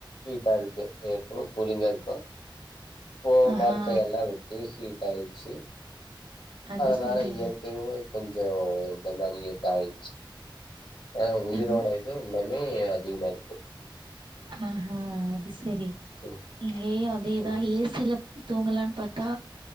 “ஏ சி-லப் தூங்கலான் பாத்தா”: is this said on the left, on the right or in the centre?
Right